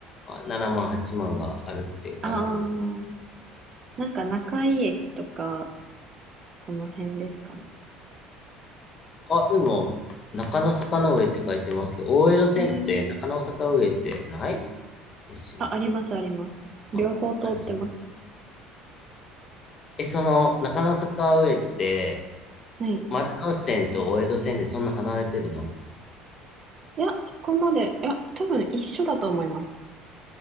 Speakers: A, on the left; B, on the right.
A: あ7万、8万があるっていう感じです。
B: ああ、なんか中井駅とか、その辺ですかね。
A: あ、でも、中野坂の上って書いてますけど、大江戸線って中野坂上ってない
B: え
A: ですよね。
B: あ、あります、あります。両方通ってます。
A: あ、あります。え、その、中野坂上って、
B: はい。
A: 丸ノ内線と大江戸線でそんな離れてるの
B: いや、そこまで、いや、多分一緒だと思います。